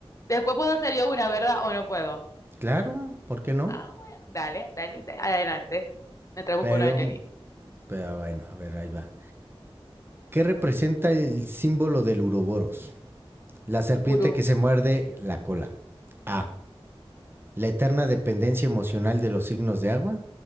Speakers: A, on the left; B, on the right.
A: Después puedo hacer yo una, ¿verdad? ¿O no puedo?
B: Claro, ¿por qué no?
A: Ah, bueno, dale, dale, da- adelante. Me busco
B: Pero,
A: una yo aquí.
B: pero bueno, a ver, ahí va. ¿Qué representa el símbolo del uroboros? La serpiente
A: Uru,
B: que se muerde la cola. A. La eterna dependencia emocional de los signos de agua.